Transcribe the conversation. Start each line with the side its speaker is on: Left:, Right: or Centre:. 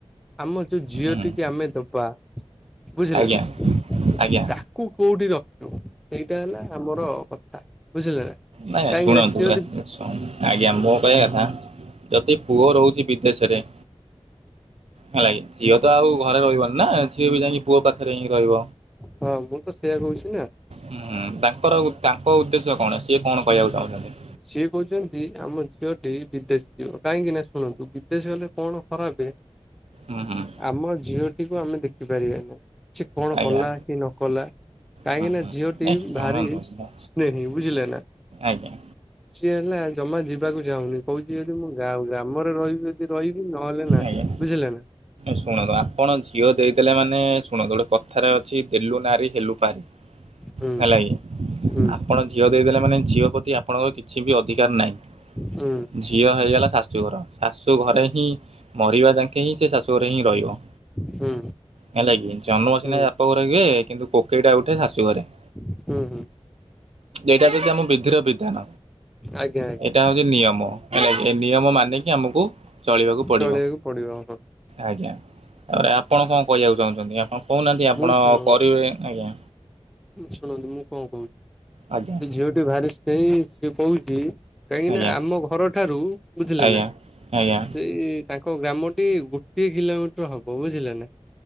Centre: ଆମ ଯୋଉ ଝିଅ
Right: ହୁଁ
Centre: ଟିକି ଆମେ ଦବା ବୁଝିଲେ
Right: ଆଜ୍ଞା
Centre: ନା।
Right: ଆଜ୍ଞା
Centre: ତାକୁ କୋଉଠି ରଖିବ ସେଇଟା ହେଲା ଆମର କଥା ବୁଝିଲେ ନା।
Right: ନାଇଁ
Centre: କାହିଁକି
Right: ଶୁଣନ୍ତୁ
Centre: ନା ସିଏ
Right: ଆଜ୍ଞା
Centre: ଯଦି
Right: ମୋ କହିବା କଥା ଯଦି ପୁଅ ରହୁଛି ବିଦେଶରେ ହେଲାକି ଝିଅ ତ ଆଉ ଘରେ ରହିବନି ନା ଝିଅ ବି ଯାଇକି ପୁଅ ପାଖରେ ହେଇକି ରହିବ।
Centre: ହଁ ମୁଁ ତ ସେଇଆ କହୁଛି ନା
Right: ହୁଁ ତାଙ୍କର ତାଙ୍କ ଉଦ୍ଦେଶ୍ୟ କଣ? ସିଏ କଣ କହିବାକୁ ଚାହୁଁଛନ୍ତି?
Centre: ସିଏ କହୁଛନ୍ତି ଆମ ଝିଅଟି ବିଦେଶୀ ଯିବ କାହିଁକି ନା ଶୁଣନ୍ତୁ ବିଦେଶୀ ଗଲେ କଣ ଖରାପେ ହ <inaudible>
Right: ହଁ ହଁ।
Centre: ଆମ ଝିଅଟିକୁୁ ଆମେ ଦେଖି ପାରିବାନି ସେ କଣ
Right: ଆଜ୍ଞା
Centre: କଲା କି ନ କଲା କାହିଁକି
Right: ହଁ
Centre: ନା
Right: ହଁ
Centre: ଝିଅଟି
Right: ନାଇଁ ଶୁଣନ୍ତୁ
Centre: ଭାରି
Right: ମୁଁ
Centre: ସ୍ନେହୀ ବୁଝିଲେ ନା।
Right: ଆଜ୍ଞା।
Centre: ସିଏ ହେଲା ଜମା ଯିବାକୁ ଚାହୁଁନି କହୁଛି ଯଦି ଗାଁ ଗ୍ରାମରେ ରହିବି ଯଦି ରହିବି ନହେଲେ ନାହିଁ
Right: ଆଜ୍ଞା
Centre: ବୁଝିଲେ ନା।
Right: ଶୁଣନ୍ତୁ ଆପଣ ଝିଅ ଦେଇଦେଲେ ମାନେ ଶୁଣନ୍ତୁ ଗୋଟେ କଥାରେ ଅଛି ଦେଲୁ ନାରି ହେଲୁ ପାରି।
Centre: ହୁଁ
Right: ହେଲା କି
Centre: ହୁଁ
Right: ଆପଣ ଝିଅ ଦେଇଦେଲେ ମାନେ ଝିଅ ପ୍ରତି ଆପଣଙ୍କର କିଛି ବି ଅଧିକାର ନାହିଁ।
Centre: ହୁଁ।
Right: ଝିଅ ହେଇଗଲା ଶାଶୁଘର ଶାଶୁ ଘରେ
Centre: ହୁଁ
Right: ହିଁ ମରିବା ଯାକେ ହିଁ। ସେ ଶାଶୁ ଘରେ ହିଁ ରହିବ।
Centre: ହୁଁ
Right: ହେଲାକିି ଜନ୍ମ ସିନା
Centre: ହୁଁ
Right: ବାପ ଘରେ ହୁଏ କିନ୍ତୁ କୋକେଇଟା ଉଠେ ଶାଶୁ ଘରେ।
Centre: ହୁଁ ହୁଁ
Right: ଏଇଟା ହଉଛି ଆମ ବିଧିର ବିଧାନ।
Centre: ଆଜ୍ଞା ଆଜ୍ଞା
Right: ଏଇଟା ହଉଛି ନିୟମ ହେଲା କି ଏ ନିୟମ ମାନିକି ଆମକୁ ଚଳିବାକୁ ପଡ଼ିବ
Centre: ଚଳିବାକୁ ପଡିବ।
Right: ଆଜ୍ଞା ତାପରେ ଆପଣ କଣ କହିବାକୁ ଚାହୁଁଛନ୍ତି ଆପଣ କହୁନାହାନ୍ତି ଆପଣ
Centre: ମୁଁ ଶୁଣ
Right: କରିବେ ଆଜ୍ଞା।
Centre: ଶୁଣନ୍ତୁ ମୁଁ କଣ କହୁ ସେ
Right: ଆଜ୍ଞା
Centre: ଝିଅଟି ଭାରି ସ୍ନେହି ସିଏ କହୁଛି। କାହିଁକି
Right: ଆଜ୍ଞା
Centre: ନା ଆମ ଘର ଠାରୁ ବୁଝିଲେ
Right: ଆଜ୍ଞା
Centre: ନା
Right: ଆଜ୍ଞା।
Centre: ସେଇ। ତାଙ୍କ ଗ୍ରାମଟି ଗୋଟିଏ କିଲୋମିଟର ହବ ବୁଝିଲେ ନା।